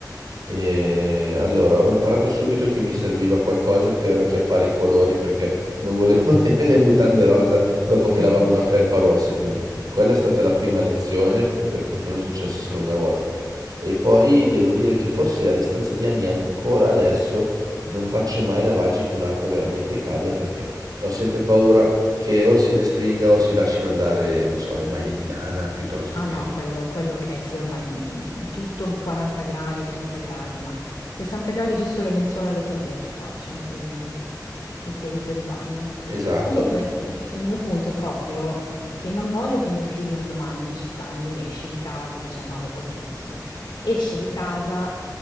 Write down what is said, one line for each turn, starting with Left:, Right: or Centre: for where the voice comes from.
Right: E allora ho imparato subito che mi serviva qualcosa per acchiappare i colori perché non volevo <laughs> avere le mutande rosa dopo che
Left: Sì.
Right: lavavo una felpa rossa, quindi quella è stata la prima lezione e per fortuna è successo solo una volta. E poi devo dire che forse a distanza di anni ancora adesso non faccio mai lavaggi con acqua veramente calda perché ho sempre paura che o si restringa o si lasciano andare, non so, le maglie di lana piuttosto
Left: Ah
Right: che...
Left: no, quello, quello che è, sì, ormai mm, tutto 40 gradi, 30 gradi, ma 60 gradi giusto le lenzuola e le salviette faccio, i, i teli per il bagno.
Right: Esatto.
Left: Comunque, <laughs> il mio punto è proprio che non voglio che mio figlio un domani, 18 anni, esce di casa, 19, quel che è, insomma, esce di casa